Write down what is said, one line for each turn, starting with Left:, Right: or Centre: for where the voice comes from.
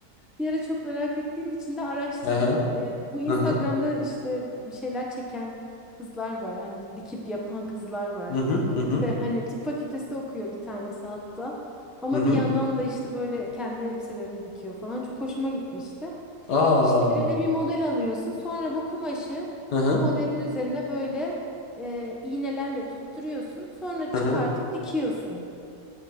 Centre: Bir ara çok merak ettiğim için de araştırdım.
Left: Hı hı.
Centre: Ee, bu Instagram'da
Left: Hı hı.
Centre: işte bir şeyler çeken kızlar var. Yani dikip yapan kızlar var.
Left: Hı hı hı hı
Centre: İşte hani tıp fakültesi okuyor bir tanesi hatta. Ama
Left: hı hı.
Centre: bir yandan da işte böyle kendi elbiselerini dikiyor falan. Çok hoşuma gitmişti.
Left: Aa.
Centre: İşte evine bir model alıyorsun. Sonra bu kumaşı
Left: Hı hı
Centre: bu modelin üzerine böyle e, iğnelerle tutturuyorsun. Sonra çıkartıp
Left: hı hı.
Centre: dikiyorsun.